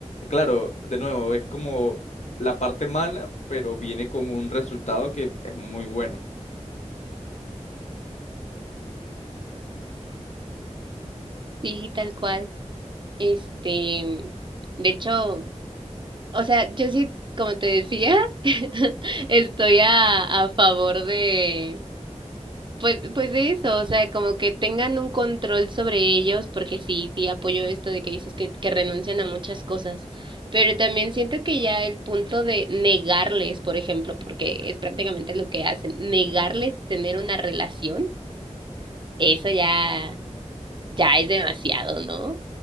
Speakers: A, on the left (about 65°); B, on the right (about 40°).
A: Claro, de nuevo, es como la parte mala, pero viene con un resultado que es muy bueno.
B: Sí, tal cual. Este, de hecho, o sea, yo sí, como te decía, <laughs> estoy a, a favor de Pues, pues de eso, o sea, como que tengan un control sobre ellos, porque sí, sí apoyo esto de que dices que, que renuncian a muchas cosas, pero también siento que ya el punto de negarles, por ejemplo, porque es prácticamente lo que hacen, negarles tener una relación, eso ya, ya es demasiado, ¿no?